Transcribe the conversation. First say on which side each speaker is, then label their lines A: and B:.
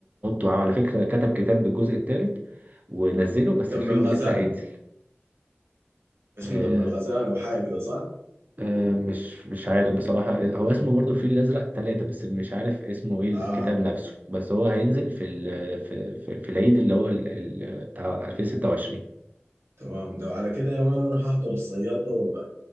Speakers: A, on the right (about 40°); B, on the right (about 70°).
A: وعلى فكرة كتب كتاب بالجزء الثالث ونزله بس
B: دم
A: الفيلم
B: الغزال
A: لسه هينزل
B: اسمه
A: آه
B: دم الغزال او حاجه كده صح
A: آه مش مش عارف بصراحة هو اسمه برضه الفيل الأزرق ثلاثة بس مش عارف اسمه ايه الكتاب
B: اه
A: نفسه بس هو هينزل في ال في, في, في العيد اللي هو ال- ال- بتاع 2026
B: تمام لو على كده يا مان انا هحضر الصياد ده والله